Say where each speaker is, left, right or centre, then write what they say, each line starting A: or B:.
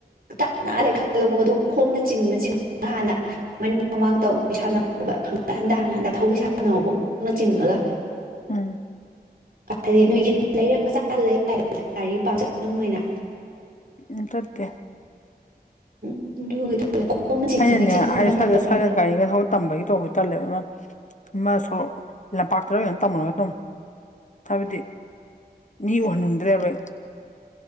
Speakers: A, on the right; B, on the left.
A: ꯇꯞ ꯅꯥꯜꯔꯦ ꯈꯜꯂꯧꯕꯒꯗ ꯈꯣꯡꯅ ꯆꯤꯡꯅ ꯆꯤꯡ ꯍꯥꯟꯅ ꯃꯃꯥꯡ ꯇꯅ ꯍꯟꯗ ꯍꯅ ꯍꯟꯗ ꯊꯧꯕꯤ ꯁꯥꯅꯧꯕ ꯈꯪꯅ ꯆꯤꯡꯉꯒ
B: ꯎꯝ
A: ꯍꯥꯏꯗꯤ ꯅꯣꯏꯒꯤꯝ ꯂꯩꯔꯛ ꯃꯆꯥ ꯂꯩꯗꯅ ꯒꯥꯔꯤ ꯄꯥꯝꯆꯠꯂꯝ ꯑꯣꯏꯅ
B: ꯎ ꯇꯔꯇ
A: ꯎꯝ ꯑꯗꯨꯒꯤꯗꯨꯗ ꯈꯣꯡꯅ ꯆꯤꯡꯉ
B: ꯑꯩꯅꯅꯦ
A: ꯆꯤꯡꯉꯒ
B: ꯍꯥꯏ
A: ꯃꯇꯝ
B: ꯁ꯭ꯋꯥꯏꯗ ꯁ꯭ꯋꯥꯏꯗ
A: ꯈꯔ ꯁꯣꯛ
B: ꯒꯥꯔꯤꯒ ꯊꯧ ꯇꯝꯕꯒꯤ ꯇꯧꯕ ꯇꯜꯂꯦꯕ ꯁ ꯂꯝꯄꯥꯛꯇ ꯀꯩꯅꯣ ꯇꯝꯃꯅꯣ ꯈꯤꯇꯪ ꯍꯥꯏꯕꯗꯤ ꯃꯤ ꯎꯍꯟꯅꯤꯡꯗ꯭ꯔꯦꯕ